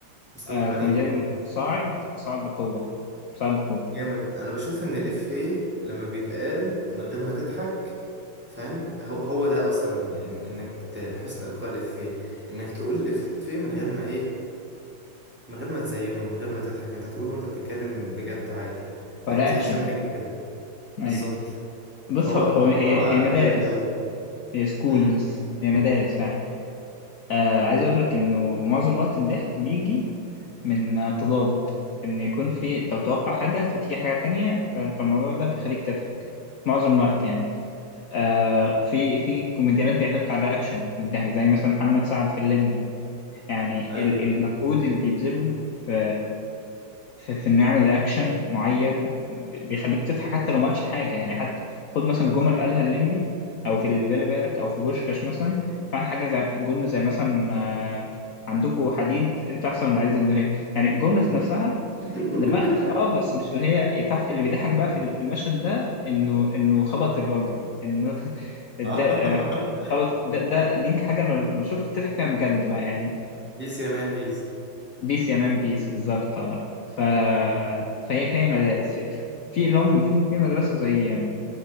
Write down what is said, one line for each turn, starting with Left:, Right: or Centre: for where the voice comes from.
Centre: مصطفى
Left: آه
Centre: غريب
Left: كوميديان
Centre: اهو
Left: صاعد صاعد بقوة صاعد بقوة
Centre: جامد أنا بشوف إن الإفيه لما بيتقال ومن غير ما تضحك فاهم هو هو ده اصلا إن- انك ت- حسن ابقاء الافيه انك تقول الافيه من غير ما ايه من غير ما تزينه من غير ما تضحك انت تقول وانت بتتكلم بجد عادي فاهم
Left: فده
Centre: زي
Left: أكشن
Centre: هشام ماجد كده
Left: أيوة
Centre: بالظبط
Left: بص
Centre: فهو
Left: هو هو-
Centre: الموضوع
Left: هي هي مدارس
Centre: جامد قوي
Left: هي سكولز
Centre: امم
Left: هي مدارس فعلا آه عايز أقول لك إنه معظم الوقت الضحك بيجي من آه، تضاد إن يكون في أنت متوقع حاجة فتيجي حاجة تانية ف- فالموضوع ده بيخليك تضحك معظم الوقت يعني آه في في كوميديانات بيعتمد على الرياكشن الضحك زي مثلا محمد سعد في الليمبي يعني
Centre: ايوه
Left: ال- المجهود اللي بيبذله في في, في انه يعمل اكشن معين بيخليك تضحك حتى لو مالش حاجه يعني حتى خد مثلا جمل قالها الليمبي او في اللي بالي بالك او في بوشكاش مثلا بعد حاجه زي جمله زي مثلا آه، عندكوا حديد انتوا احسن من عز النهايه يعني الجمله نفسها
Centre: <laughs>
Left: دماء خفيف اه بس مش اللي هي يتف- اللي بيضحك بقى في
Centre: أيوة.
Left: ال- في المشهد ده انه انه خبط الراجل انه <laughs> ده
Centre: اه
Left: آه،
Centre: <laughs>
Left: خبط ده, ده دي الحاجه لو لو شفت تضحك فيها بجد بقى يعني
Centre: بيس يا مان بيس
Left: بيس يا مان بيس بالظبط آه. ف... فهي فهي مدارس في في لهم في في مدرسه زي